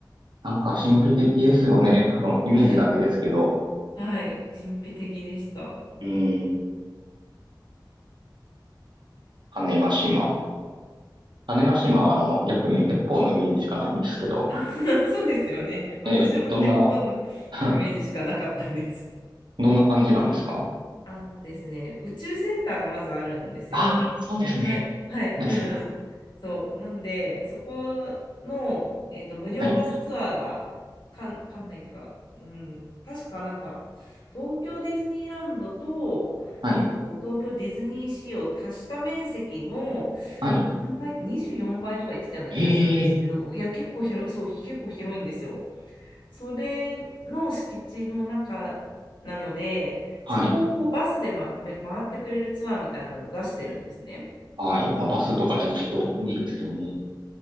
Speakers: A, on the right (about 75°); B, on the left (about 70°).
A: なんか神秘的ですよね。あの、イメージだけですけど。
B: はい。はい。神秘的でした。
A: うん。種子島。種子島はあの、逆に鉄砲のイメージしかないんですけど、
B: <laughs> そうですよね。私も鉄砲の
A: ええ、どんな、<laughs>
B: イメージしかなかったんです。
A: どんな感じなんですか
B: あのですね、宇宙センターがまずあるんですよ。
A: ああー、そうですね。
B: はい、はい、
A: なんですね。
B: うんうん。そう、なんで、そこの、えっと、無料バスツアーが、
A: はい、
B: かん、かんないというか、うん、確かなんか、東京ディズニーランドと、
A: はい、
B: えっと、東京ディズニーシーを足した面積の、
A: はい。
B: うん何倍、24倍とか言ってたような気がするんですけど、
A: ええ、
B: いや、結構広い、そう、結構広いんですよ。それの敷地の中なので、
A: はい、
B: そこをこうバスで、ま、め回ってくれるツアーみたいなのを出してるんですね。
A: はい。まあ、バスとかじゃないと無理ですよね。